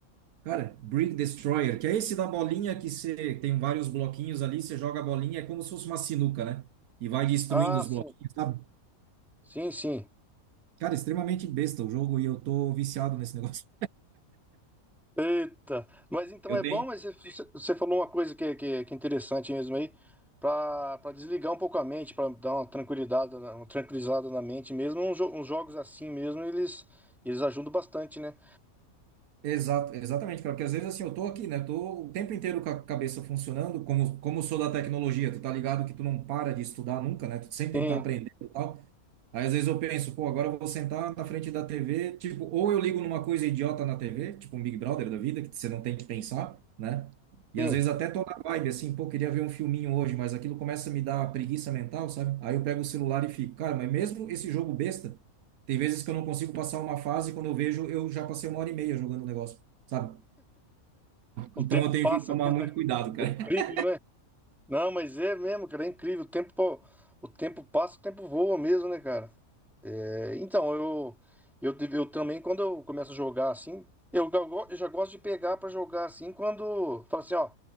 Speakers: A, on the right (about 80°); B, in the centre.
A: Cara, Brick Destroyer, que é esse da bolinha que você tem vários bloquinhos ali, você joga a bolinha, é como se fosse uma sinuca, né? E vai destruindo
B: Ah,
A: os
B: sim.
A: bloquinhos, sabe?
B: Sim, sim.
A: Cara, extremamente besta o jogo e eu tô viciado nesse <laughs> negócio.
B: Eita, mas então
A: Eu
B: é
A: tenho.
B: bom, mas você você falou uma coisa que, que, que é interessante mesmo aí, para desligar um pouco a mente, para dar uma tranquilidade, na- uma tranquilizada na mente mesmo, uns, jo- uns jogos assim mesmo, eles, eles ajudam bastante, né?
A: Exato, exatamente, cara, porque às vezes assim, eu tô aqui, né? Tô o tempo inteiro com a cabeça funcionando, como, como sou da tecnologia, tu tá ligado que tu não para de estudar nunca, né? Tu sempre
B: Sim,
A: tem que estar aprendendo e tal. Aí às vezes eu penso, pô, agora eu vou sentar na frente da TV, tipo, ou eu ligo numa coisa idiota na TV, tipo um Big Brother da vida, que você não tem que pensar, né? E
B: sim,
A: às vezes até tô na vibe, assim, pô, queria ver um filminho hoje, mas aquilo começa a me dar preguiça mental, sabe? Aí eu pego o celular e fico, cara, mas mesmo esse jogo besta, tem vezes que eu não consigo passar uma fase e quando eu vejo, eu já passei uma hora e meia jogando o negócio, sabe?
B: o
A: Então
B: tempo
A: eu
B: passa
A: tenho que tomar
B: mesmo,
A: muito
B: né?
A: cuidado, cara.
B: É incrível,
A: <laughs>
B: né? Não, mas é mesmo, cara, é incrível. O tempo, pa- o tempo passa, o tempo voa mesmo, né, cara? É, então, eu, eu, tive- eu também, quando eu começo a jogar assim, eu, ga- go- eu já gosto de pegar pra jogar assim, quando fala assim, ó,